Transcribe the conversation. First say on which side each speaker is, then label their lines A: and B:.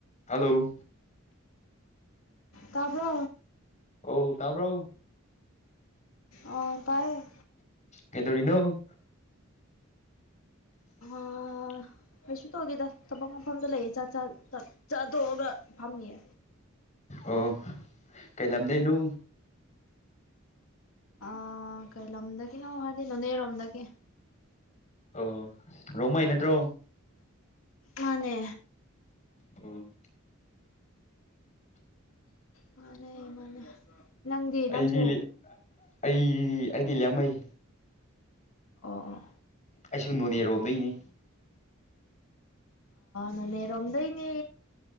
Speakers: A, on the left; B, on the left.
A: hello
B: ꯇꯥꯕ꯭ꯔꯣ
A: ꯑꯧ ꯇꯥꯕ꯭ꯔꯣ
B: ꯑ ꯇꯥꯏ
A: ꯀꯗꯧꯔꯤꯅꯣ <inaudible>
B: ꯑꯥ ꯀꯩꯁꯨ ꯇꯧꯗꯦꯗ ꯊꯕꯛ ꯃꯐꯝꯗ ꯂꯩꯌꯦ ꯆꯥꯛ ꯆ ꯆꯥꯗꯣꯛꯑꯒ ꯐꯝꯃꯤꯌꯦ
A: ꯑꯣ ꯀꯩ ꯂꯝꯗꯩꯅꯨ
B: ꯑ ꯀꯩ ꯂꯝꯗꯒꯤꯅꯣ ꯍꯥꯏꯔꯗꯤ ꯅꯣꯅꯦꯔꯣꯝꯗꯒꯤ
A: ꯑꯣ ꯔꯣꯡꯃꯩ ꯅꯠꯇ꯭ꯔꯣ
B: ꯃꯥꯅꯦ
A: ꯑꯣ
B: ꯑ ꯃꯥꯅꯦ ꯅꯪꯗꯤ
A: ꯑꯩꯗꯤ
B: ꯅꯪꯁꯨ
A: ꯑꯩ ꯑꯩꯗꯤ ꯂꯃꯩ
B: ꯑꯣ ꯑꯣ
A: ꯑꯩꯁꯨ ꯅꯣꯅꯦꯔꯣꯝꯗꯒꯤꯅꯤ
B: ꯅꯅ ꯔꯝꯗꯩꯅꯤ